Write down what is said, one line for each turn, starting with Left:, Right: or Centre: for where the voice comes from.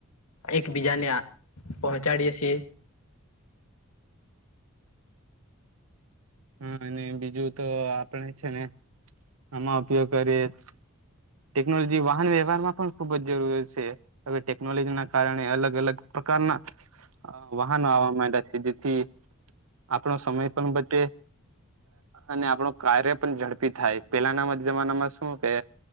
Left: એકબીજાને પહોંચાડીએ છીએ.
Right: હા અને બીજું તો આપણે છે ને આમાં ઉપયોગ કરીએ. ટેકનોલોજી વાહન વ્યવહાર માં પણ ખુબ જ જરૂરી છે. હવે ટેકનોલોજી ના કારણે અલગ અલગ પ્રકારના અ વાહનો આવવા માંડ્યા છે જેથી આપણો સમય પણ બચે અને આપણું કાર્ય પણ ઝડપી થાય પેલાના જમાનામાં શું કે